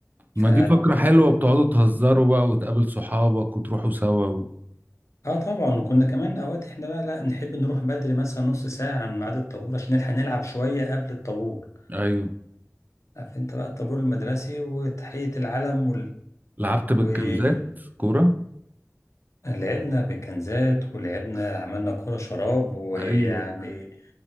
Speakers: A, on the right; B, on the left.
A: ما
B: ف
A: دي فكرة حلوة بتقعدوا تهزروا بقى وتقابل صحابك وتروحوا سوا و...
B: اه طبعا وكنا كمان اوقات احنا بقى لا نحب نروح بدري مثلا نص ساعه عن ميعاد الطابور عشان نلحق نلعب شويه قبل الطابور
A: ايوه
B: عارف انت بقى الطابور المدرسي وتحيه العلم
A: لعبت بالكنزات
B: وال...
A: كورة
B: لعبنا بكنزات ولعبنا عملنا كرة شراب ويعني
A: ايوه